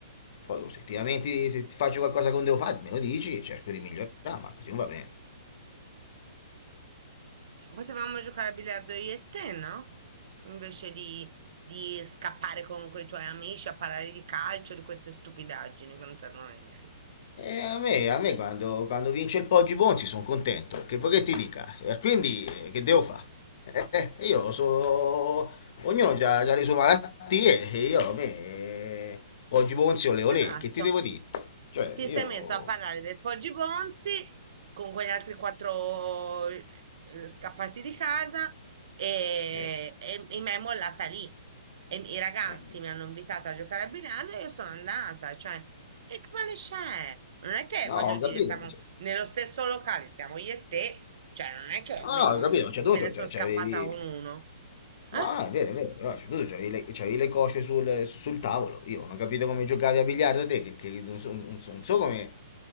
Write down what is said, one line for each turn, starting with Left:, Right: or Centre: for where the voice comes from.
Left: poi se ti lamenti, se ti faccio qualcosa che non devo fare, me lo dici e cerco di migliorare, ma così non va bene.
Right: Potevamo giocare a biliardo io e te, no? Invece di, di scappare con quei tuoi amici a parlare di calcio, di queste stupidaggini che non servono a niente.
Left: E a me, a me quando, quando vince il Poggi Bonzi sono contento, che vuoi che ti dica? E quindi eh, che devo fare? io sono... Ognuno ha le sue malattie e io a me... eh, Poggi Bonzi ole olè,
Right: Esatto,
Left: che ti devo dire? Cioè
Right: ti
Left: io...
Right: sei messo a parlare del Poggi Bonzi con quegli altri quattro eh, scappati di casa e,
Left: eh,
Right: e, e mi è mollata lì. E i ragazzi
Left: eh,
Right: mi hanno invitato a giocare a biliardo e io sono andata, cioè, e che male c'è? Non è che,
Left: no,
Right: voglio
Left: ho
Right: dire,
Left: capito.
Right: siamo
Left: cioè,
Right: nello stesso locale, siamo io e te, cioè, non è che
Left: no,
Right: me,
Left: no,
Right: me
Left: ho capito, cioè tu
Right: ne sono
Left: cioè, c'avevi...
Right: scappata con uno,
Left: No,
Right: eh?
Left: no, è vero, è vero, però cioè, tu c'avevi le, c'avevi le cosce sul, sul tavolo. Io non ho capito come giocavi a biliardo te, che, che non so, non so non so come...